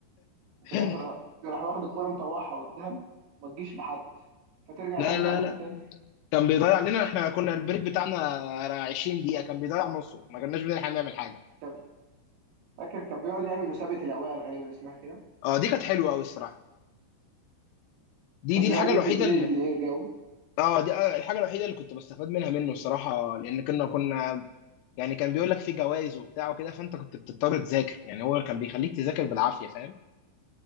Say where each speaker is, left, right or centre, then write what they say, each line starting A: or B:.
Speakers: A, on the right (about 80°); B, on the left (about 80°).
A: وفي
B: <laughs>
A: الاخر راح واخد الكرة مطوعها قدام ما تجيش لحد فترجع
B: لا
A: الهجمة
B: لا
A: علينا
B: لا
A: تاني
B: كان بيضيع علينا احنا كنا البريك بتاعنا 20 دقيقة كان بيضيع نصه ما كناش بنلحق نعمل حاجة
A: كان فاكر كان بيقعد يعمل مسابقة الأوائل غالبا اسمها كده
B: اه دي كانت حلوة قوي الصراحة دي
A: كان
B: دي الحاجة
A: بيقعد يدي
B: الوحيدة
A: جنيه
B: اللي
A: للي يجاوب
B: اه دي آه، الحاجة الوحيدة اللي كنت بستفاد منها منه الصراحة لأن كنا كنا يعني كان بيقول لك في جوائز وبتاع وكده فأنت كنت بتضطر تذاكر يعني هو كان بيخليك تذاكر بالعافية فاهم